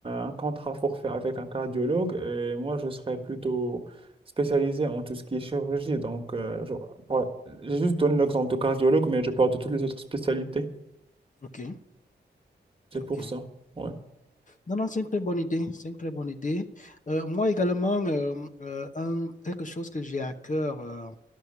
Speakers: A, on the right; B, on the left.
A: un contrat forfait avec un cardiologue. Et moi, je serais plutôt spécialisé en tout ce qui est chirurgie. Donc, euh, genre, pour- j'ai juste donné l'exemple de cardiologue, mais je parle de toutes les autres spécialités.
B: Ok,
A: C'est
B: ok.
A: pour ça. Ouais.
B: Non, non, c'est une très bonne idée. C'est une très bonne idée. Euh, moi également, euh, euh, un- quelque chose que j'ai à cœur euh,